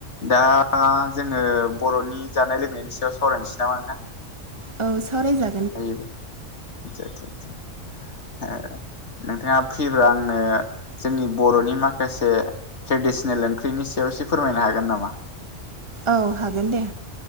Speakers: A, on the left; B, on the right.
A: दा जोङो बर'नि जानाय लोंनायनि सायाव सावरायनोसै नामा नोंथां?
B: औ सावराय जा
A: हायो बो आतसा आतसा आ नोंथाङा फ्रिब्ला आंनो जोंनि बर'नि माखासे ट्रेडिसनेल ओंख्रिनि सायाव एसे फोरमायनो हागोन नामा?
B: औ हागोन दे।